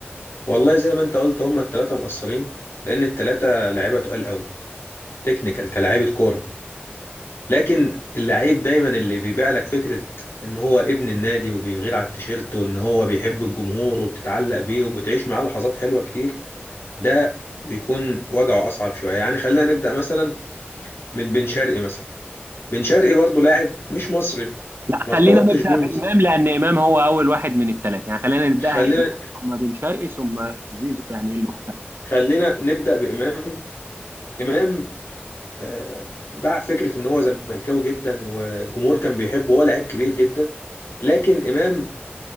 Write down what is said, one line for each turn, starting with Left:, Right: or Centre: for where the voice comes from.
Left: والله زي ما انت قلت هما التلاتة مقصرين لأن التلاتة لعيبة تقال قوي تكنيكال كلاعيبة كورة لكن اللعيب دايما اللي بيبيع لك فكرة ان هو ابن النادي وبيغير على التيشيرت وان هو بيحب الجمهور وبتتعلق بيه وبتعيش معاه لحظات حلوة كتير ده بيكون وجعه أصعب شوية يعني خلينا نبدأ مثلا من بن شرقي مثلا بن شرقي برضه لاعب مش مصري
Right: لا
Left: ما ارتبطتش
Right: خلينا نبدا
Left: بيه من
Right: بامام لان امام هو اول واحد من الثلاثه يعني خلينا نبداها
Left: خلينا
Right: امام ثم بن شرقي ثم زيزو يعني المحتمل
Left: خلينا نبدأ بإمام إمام آه، باع فكرة إن هو زملكاوي جدا والجمهور كان بيحبه وهو لعيب كبير جدا لكن إمام